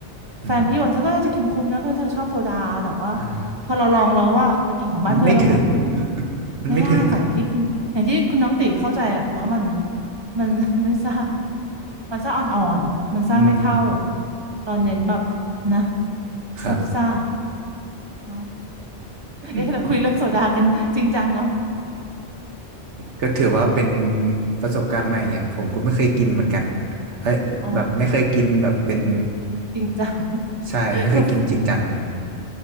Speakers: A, on the right; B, on the right.
A: อืม
B: แฟนพี่บอกเธอก็อยากจะกินคุ้มนะเพราะเธอชอบโซดาแต่ว่า
A: อ่า
B: พอเราลองแล้วว่าไปกินของบ้านเพื่อนแล้วไงอืม
A: ไม่ถึง <laughs> มันไม่ถึงครับ
B: ไม่ได้ค่ะอย่างที่คุณอย่างที่คุณน้องติเข้าใจแหละว่ามันมัน <laughs> ไม่ซ่ามันซ่าอ่อนๆมันซ่าไม่เท่า
A: อืม
B: เราเน้นแบบ
A: อืม
B: นะ
A: ครับ
B: ซับซ่าเนาะ
A: อืม
B: เอ๊ะเราคุยเรื่องโซดากันจริงจังเนาะ
A: ก็ถือว่าเป็นประสบการณ์ใหม่ไงผมก็ไม่เคยกินเหมือนกันเอ้ยแบบไม่เคยกินแบบเป็น
B: อ๋อจริงจัง
A: ใช่ไม่เคยกินจริงจัง
B: <laughs> ก็